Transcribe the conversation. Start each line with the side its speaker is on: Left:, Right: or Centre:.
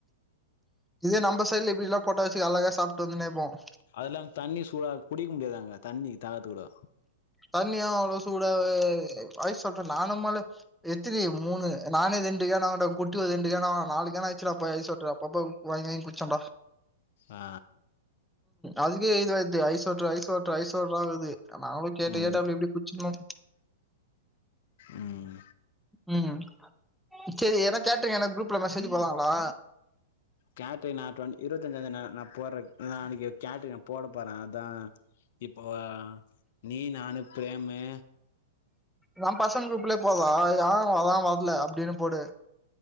Centre: இதே நம்ம சைடுல இப்படில்லாம் போட்ட வச்சு அழக சாப்பிட்டு வந்துன்னே இருப்போம்
Left: அதெல்லாம் தண்ணி சூடா குடிக்க முடியாதாங்க தண்ணி தாகத்துக்கூட
Centre: தண்ணியா அவ்வளோ சூடாவே ஐஸ் வாட்டர் நானும்மலே எத்தின மூணு நானே ரெண்டுக்கான அவ குட்டிது ரெண்டுக்கான நாளைக் என்ன ஆயச்சுன்னா அப்ப ஐஸ் வாட்டர் அப்பப்பம் வாங்கிவாங்கி குச்சான்டா
Left: ஆ
Centre: அதுக்கே இதுவது ice water ice water ice வாட்டராங்குது கேட்டு
Left: ம்
Centre: கேட்டு அப்டி இப்டி குச்சுகனும்
Left: ம்
Centre: ம் செரி ஏதா கேட்டிங்கனா குரூப்ல மெசேஜ் போடுவாங்களா
Left: கேடரின்னா இருபத்தஞ்சா தேதி நான் போடுறேன் நாளைக்கு கேட்ரின்னு நான் போட போறேன் அதான் இப்போ நீ நானு பிரேம்மு
Centre: நா பசங்க குருப்ல போடலா யார் வரான் பாப் இல்ல அப்டின்னு போடு